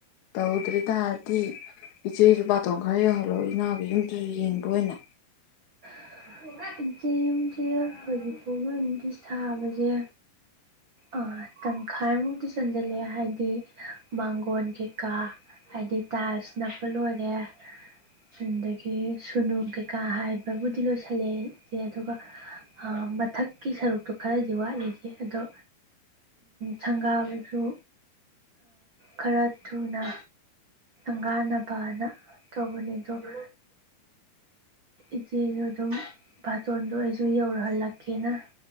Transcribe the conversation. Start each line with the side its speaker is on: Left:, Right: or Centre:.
Left: ꯇꯧꯗ꯭ꯔꯤ ꯇꯔꯗꯤ ꯏꯆꯦꯁꯨ ꯕꯥꯇꯣꯟ ꯈꯔ ꯌꯧꯍꯜꯂꯣ ꯏꯅꯥꯒꯤ ꯌꯨꯝꯗꯨꯁꯨ ꯌꯦꯡꯗꯣꯏꯅ
Right: <inaudible> ꯌꯨꯝꯁꯦ ꯍꯧꯖꯤꯛ ꯄꯣꯛꯅꯗꯤ ꯁꯥꯕꯁꯦ ꯑ ꯇꯪꯈꯥꯏꯃꯨꯛꯇꯤ ꯆꯟꯁꯤꯜꯂꯦ ꯍꯥꯏꯕꯗꯤ ꯃꯥꯡꯒꯣꯟ ꯀꯩꯀꯥ ꯍꯥꯏꯗꯤ ꯇꯥꯏꯁ ꯅꯞꯄ ꯂꯣꯏꯔꯦ ꯑꯗꯒꯤ ꯁꯨꯅꯨ ꯀꯩꯀꯥ ꯍꯥꯏꯕ ꯑꯗꯨꯕꯨꯗꯤ ꯂꯣꯏꯁꯤꯜꯂꯦ ꯑꯗꯨꯒ ꯃꯊꯛꯀꯤ ꯁꯔꯨꯛꯇꯣ ꯈꯔꯗꯤ ꯋꯥꯠꯂꯤꯁꯦ ꯑꯗꯣ ꯁꯪꯒꯥꯕꯁꯨ ꯈꯔ ꯊꯨꯅ ꯉꯥꯟꯅꯕꯅ ꯇꯧꯕꯅꯦ ꯑꯗꯨꯒ ꯏꯆꯦꯁꯨ ꯑꯗꯨꯝ ꯕꯥꯇꯣꯟꯗꯣ ꯑꯣꯏꯁ ꯌꯧꯔꯍꯜꯂꯛꯀꯦꯅ